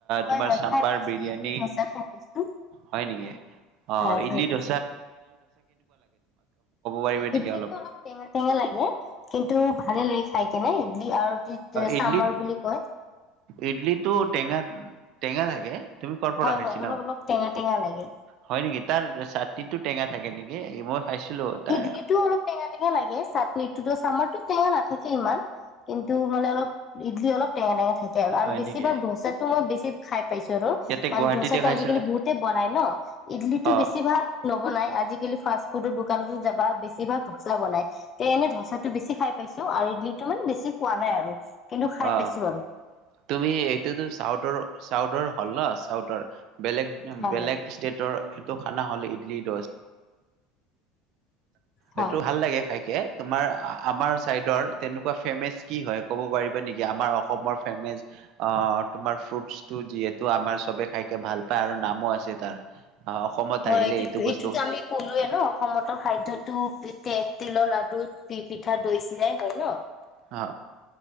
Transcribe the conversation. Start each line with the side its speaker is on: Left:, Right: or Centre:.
Left: হয়
Right: তোমাৰ
Left: হয়
Right: চাম্বাৰ
Left: খাই পাইছো
Right: বিৰিয়ানী
Left: ইডলি ধচা খাই পাইছো
Right: হয় নেকি অ
Left: হয়
Right: ইলি
Left: খাই পাইছো
Right: দ পাৰিবা
Left: হয়,
Right: নেকি
Left: ইডলিটো অলপ টেঙা-টেঙা লাগে কিন্তু ভালে লাগে খাই কেনে ইডলি আৰু যি
Right: ইডল
Left: চামৰ বুলি কয়
Right: ইডলটো টেঙা টেঙা থাকে। তুমি কৰ পৰা
Left: হয়
Right: খাইছিলা
Left: হয়, অলপ অলপ টেঙা টেঙা লাগে
Right: হয় নেকি তাৰ চাটনিটো টেঙা থাকে নেকি? এ মই, খাইছিলো তাৰ
Left: ইডলটো অলপ টেঙা-টেঙা লাগে চাটননি টোতো চামৰতো টেঙা না। থাকে ইমান কিন্তু মানে অলপ ইডলি অলপ টেঙা-টেঙা থাকে। থাকে আৰু
Right: হয়
Left: বেছি
Right: নেকি?
Left: ভাগ ধচাটো মই বেছি খাই পাইছো আৰু
Right: ইয়াতে
Left: মানে
Right: গুৱাহাটীতে
Left: ধচাটো
Right: খাইছিলা?
Left: আজিকালি বহুতে বনাই ন ইডলি টো
Right: অ
Left: বেছি ভাগ নবনাই। আজ ফাষ্ট ফুড বহু দোকানটো যাবা বেছিভাগ ধচা বনাই তে এনে ধচাটো বেছি খাই পাইছো আৰু ইডলিটো মানে বেছি খোৱা নাই আৰু। কিন্তু খাই
Right: অ'
Left: পাইছো আৰু
Right: তুমি এটোতো চাউৰ চাউদৰ হ'ল ন চাউদৰ বেলেগ-বেলেগ
Left: হয় হয়
Right: ষ্টেটৰ সেইটো খানা হ'লে ইডলি ডছা।
Left: হয়।
Right: এইটো ভাল লাগে খাইকে, তোমাৰ আমাৰ চাইডৰ তেনেকুৱা ফেমাচ কি হয় ক'ব পাৰিবা। নেকি আমাৰ অসমৰ ফেচ আহ তোমাৰ ফ্ৰুটটো যিহেতু আমাৰ চবে খাইকে ভাল পায় আৰু নামো আছে তাৰ আহ অসমত
Left: হয়
Right: আহিলে
Left: এইটো
Right: বস্তু
Left: এইটোতো আমি কলোয়ে ন অসমত খাধ্য় ুপ তে <unintelligible> তিলৰ লাডু দি পিঠা দৈ চিৰাাই হয় ন
Right: অ